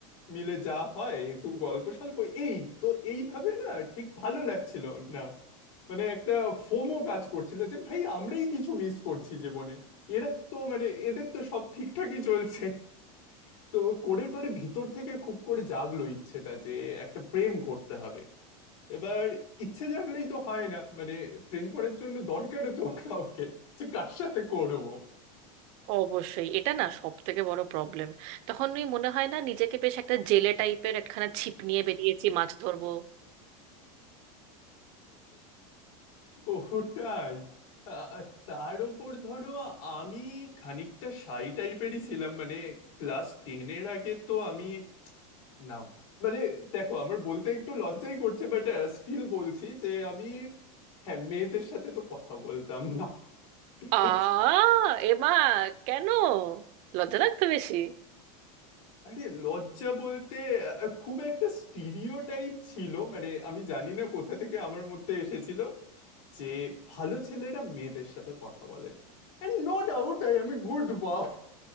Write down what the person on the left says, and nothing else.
মিলে যা হয় একটু গল্প স্বল্প এই তো এইভাবে না ঠিক ভালো লাগছিল না মানে একটা ফোমো কাজ করছিল যে ভাই আমরাই কিছু মিস করছি জীবনে এরা তো মানে এদের তো সব ঠিকঠাকই চলছে তো করে টোরে ভিতর থেকে খুব করে জাগলো ইচ্ছেটা যে একটা প্রেম করতে হবে এবার ইচ্ছে জাগলেই তো হয় না মানে প্রেম করার জন্য দরকারও তো কাউকে যে কার সাথে করবো
ওটাই আ- তার ওপর ধরো আমি খানিকটা শাই টাইপেরই ছিলাম মানে ক্লাস টেনের আগে তো আমি না মানে দেখো আমার বলতে একটু লজ্জাই করছে বাট স্টিল বলছি যে আমি হ্যাঁ মেয়েদের সাথে তো কথা বলতাম না ঠিক
আছে
আরে লজ্জা বলতে আহ, খুব একটা স্টিরিওটাইপ ছিল মানে আমি জানি না কোথা থেকে আমার মধ্যে এসেছিল যে ভালো ছেলেরা মেয়েদের সাথে কথা বলে না এন্ড নো ডাউট আই আমি গুড বয় <laughs>